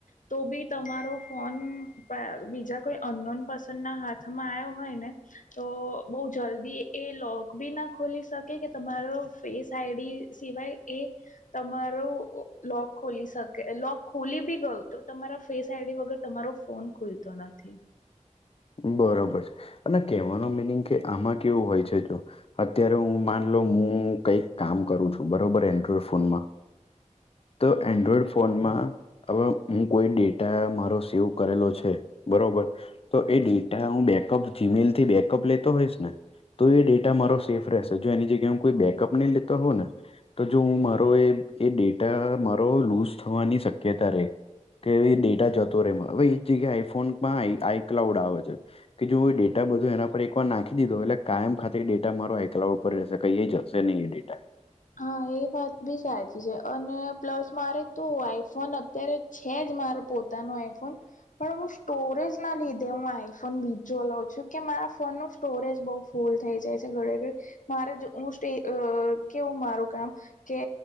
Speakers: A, on the left; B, on the left.
A: તો બી તમારો ફોન પણ બીજા કોઈ અનનોન પરસન ના હાથમાં.... માં આવ્યો હોય ને તો બહુ જલ્દી.... એ લોક બી ના ખોલી શકે કે તમારો ફેસ આઈડી સિવાય, એ તમારો લોક ખોલી શકે. લોક ખોલી બી ગયુ તો, તમારા ફેસ આઈડી વગર તમારો ફોન ખુલતો નથી.
B: બરોબર અને કેહેવાનું મિનિંગ કે આમાં કેવું હોય છે જો, અત્યારે હું માનલો હું કંઈક કામ કરું છું બરોબર એન્ડ્રોઈડ ફોનમાં. તો
A: હા
B: એન્ડ્રોઈડ ફોનમાં. હવે હું કોઈ ડેટા મારો સેવ કરેલો છે બરોબર તો
A: હા
B: એ એ હું બેકઅપ જીમેલ થી બેકઅપ લેતો હોઈશ ને! તો એ ડેટા મારો સેફ રહેશે. જો એની જગ્યા હું કોઈ બેકઅપ નહીં લેતો હોઉ ને! તો જો હું મારો એ એ ડેટા મારો લૂઝ થવાની શક્યતા રે! કે એ ડેટા જતો રે! એમાં હવે એજ જગ્યા આઈફોનમાં આઈ. ક્લાઉડ આવે છે કે જો ડેટા બધું એના પર એક વાર નાખી દીધો એટલે, કાયમ ખાતે ડેટા મારો એકલાઉડ પર રહેશે કંઈ જશે નહી એ ડેટા.
A: હા એ વાત બી સાચી છે અને પ્લસ મારે તો આઈફોન અત્યારે જ, છે જ મારો પોતાનો આઈફોન. પણ હું સ્ટોરેજ ના લીધે હું આઈફોન બીજો લઉં છું કે મારા ફોનમાં. સ્ટોરેજ બહુ ફૂલ થઈ જાય છે ઘણે ઘણે. મારે જો હું સ્ટે કેવું મારું કામ કે